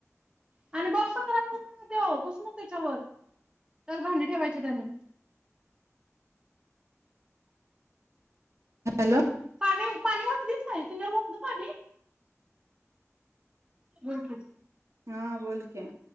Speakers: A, on the right; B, on the right.
A: <unintelligible> आणि बॉक्स पण खराब करू नका तो बसू नको त्याच्यावर त्यात भांडी ठेवायची आणून
B: हॅलो
A: पाणी पाणी ओतलीच काय तिने ओतलं पाणी बोल की
B: हा बोल क्या